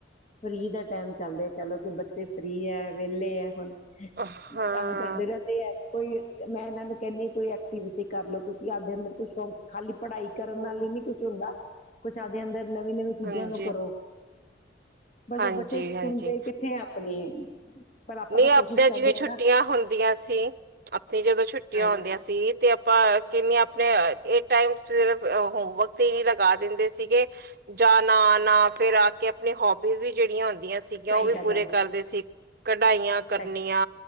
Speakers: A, on the left (about 40°); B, on the right (about 50°).
A: ਫਰੀ ਦਾ ਟਾਈਮ ਚੱਲ ਰਿਹਾ ਪ ਦ ਫ੍ਰਰੀ ਹੈ ਵਿਹਲੇ ਹੈ ਹੁਣ।
B: ਹਾਂ,
A: ਤੰਗ ਕਰਦੇ ਰਹਿੰਦੇ ਹੈ। ਕੋਈ ਮੈਂ ਇਹਨਾਂ ਨੂੰ ਕਹਿੰਦੀ ਹਾਂ ਕੋਈ ਐਕਟੀਵਿਟੀ ਕਰ ਲਓ ਕਿਉਂਕਿ ਆਪ ਦੇ ਆਨਦਰ ਖਾਲੀ ਪੜ੍ਹਾਈ ਕਰਨ
B: ਹਮ,
A: ਨਾਲ ਹੀ ਨੀ ਕੁਛ ਹੁੰਦਾ। ਕੁਛ ਆਪਦੇ ਅੰਦਰ ਨਵੀਂ -ਨਵੀਂ ਚੀਜ਼ਾਂ
B: ਹਾਂਜੀ,
A: ਨੂੰ ਕਰੋ। ਬਸ
B: ਹਾਂਜੀ,
A: ਬੱਚੇ
B: ਹਾਂਜੀ।
A: ਸੁਣਦੇ ਕਿੱਥੇ ਆ ਆਪਣੀ। ਪਰ ਆਪਾਂ
B: ਨਹੀਂ
A: ਤਾਂ
B: ਆਪਣੇ
A: ਕੋਸ਼ਿਸ਼ ਕਰਦੇ
B: ਚ'
A: ਆ
B: ਛੁੱਟੀਆਂ
A: ਨਾ,
B: ਹੁੰਦੀਆਂ ਸੀ। ਆਪਣੀ ਜਦੋਂ ਛੁੱਟੀਆਂ
A: ਹਾਂਜੀ
B: ਆਉਂਦੀਆਂ ਸੀ ਤੇ ਆਪਾ ਕਿੰਨ ਆਪਣੇ ਇਹ ਟਾਈਮ ਸਿਰਫ ਹੋਮਵਰਕ ਹੀ ਲਗਾ ਦਿੰਦੇ ਸੀਗੇ। ਜਾਣਾ- ਆਣਾ ਫਿਰ ਆ ਕੇ ਆਪਣੀ ਹੋਬੀਜ਼ ਵੀ ਜਿਹੜੀਆਂ ਹੁੰਦੀਆਂ ਸੀਗੀਆਂ
A: ਸਹੀ
B: ਉਹ ਵੀ
A: ਗੱਲ
B: ਪੂਰੇ
A: ਐ,
B: ਕਰਦੇ ਸੀ। ਕਢਾਈਆਂ ਕਡਨੀਆਂ।
A: ਸਹੀ